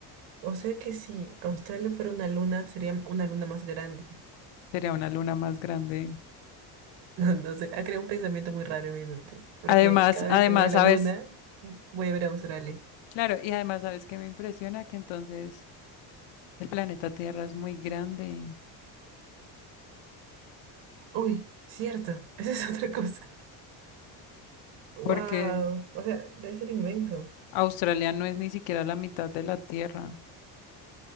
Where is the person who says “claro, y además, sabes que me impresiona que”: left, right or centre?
Left